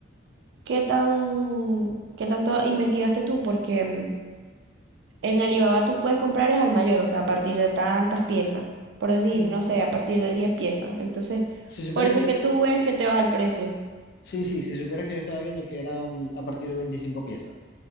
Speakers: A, on the right (about 65°); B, on the left (about 55°).
A: ¿Qué tan, qué tanto investigaste tú? Porque mm, en Alibaba tú puedes comprar es al mayor, o sea, a partir de tantas piezas, por decir,
B: Mm,
A: no sé, a partir de 10 piezas. Entonces,
B: si supieras
A: por eso
B: que...
A: es que tú ves que te vas al precio.
B: Sí, sí, si supieras que yo estaba viendo que eran a partir de 25 piezas.